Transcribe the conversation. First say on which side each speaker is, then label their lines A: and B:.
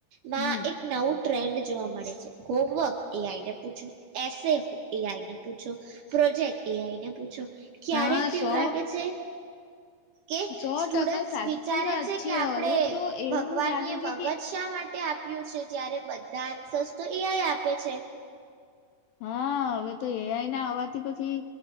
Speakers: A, on the right; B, on the left.
A: ના
B: હમ
A: એક નવું ટ્રેન્ડ જોવા મળે છે. હોમવર્ક એ આઈ ને પૂછ એસે એ આઈ ને પૂછો, પ્રોજેક્ટ એ આઈ ને પૂછો. ક્યારેક
B: હા
A: તો
B: સો
A: એવું લાગે છે. કે
B: સો
A: સ્ટુડન્ટ્સ
B: ટકા સાચી
A: વિચારે
B: વાત
A: છે કે આપણેે
B: હવે તો એવું
A: ભગવાન
B: લાગે
A: એ
B: છે
A: મગજ
B: કે
A: શા માટે આપ્યું છે જ્યારે બધા આન્સર્સ તો એ આઈ આપે છે.
B: હા હવે તો એઆઈ ના આવવાથી પછી,